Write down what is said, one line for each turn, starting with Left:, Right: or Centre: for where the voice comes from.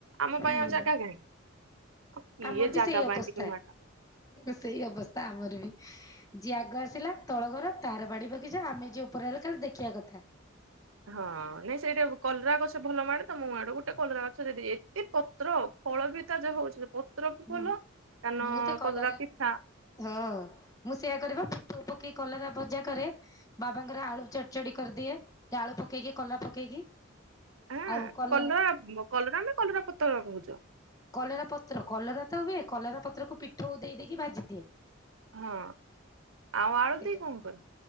Right: ଆମ
Left: ହୁଁ
Right: ପାଇଁ ଆଉ ଜାଗା କାହିଁ। ଆଉ କିଏ
Left: ଆମର ବି
Right: ଜାଗା
Left: ସେଇ ଅବସ୍ଥା
Right: ପାଇଁ ଟିକେ ମାଡ
Left: ସେଇ ଅବସ୍ଥା ଆମର ବି ଯିଏ ଆଗ ଆସିଲା ତଳ ଘର ତାର ବାଡି ବଗିଚା ଆମେ ଯିଏ ଉପରେ ରଲ ଖାଲି ଦେଖିଆ କଥା।
Right: ହଁ ନାଇଁ ସେଇଟା କଲରା ଗଛ ଭଲ ମାଡେ ତ ମୋ ଆଡେ ଗୋଟେ କଲରା ଗଛ ଯଦି ଏତେ ପ ପତ୍ର ଫଳ ବି ତା ଯେ ହଉଛି ପତ୍ର ବି
Left: ହୁଁ
Right: ଭଲ କାନ
Left: ମୁଁ ତ କଲରା
Right: କଦାରା ପିତା।
Left: ହଁ ମୁଁ ସେୟା କରେବ ପିଠୋଉ ପକେଇ କଲରା ଭଜା କରେ। ବାବାଙ୍କର ଆଳୁ ଚଡ ଚଡି କରିଦିଏ ଆଳୁ ପକେଇକି କଲରା ପକେଇକି।
Right: ହଁ
Left: ଆଉ କଲ
Right: କଲରା କଲରା ନା କଲରା ପତ୍ର କହୁଛ।
Left: କଲରା ପତ୍ର କଲରା ତ ହୁଏ କଲରା ପତ୍ରକୁ ପିଠଉ ଦେଇ ଦେଇକି ଭାଜିଦିଏ।
Right: ହଁ ଆଉ ଆଳୁ
Left: ସେଇଟା
Right: ଦେଇ କଣ କର?